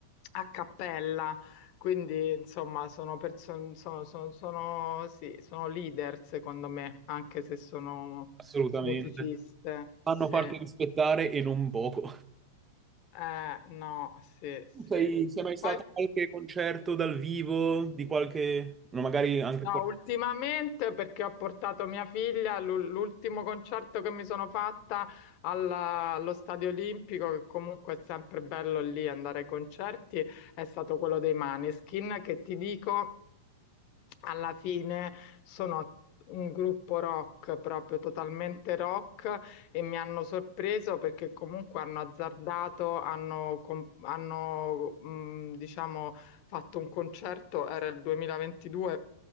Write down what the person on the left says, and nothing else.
a cappella. Quindi, insomma, sono, perso- sono, sono, sono- sì, sono leader, secondo me, anche se sono
musiciste.
Sì.
Eh, no, sì, sì.
E
poi
No,
ultimamente perché ho portato mia figlia, l'u- l'ultimo concerto che mi sono fatta alla- allo Stadio Olimpico, che comunque è sempre bello lì andare ai concerti, è stato quello dei Maneskin, che ti dico alla fine sono un gruppo rock, proprio totalmente rock, e mi hanno sorpreso perché comunque hanno azzardato, hanno, com- hanno mh, diciamo, fatto un concerto, era il 2022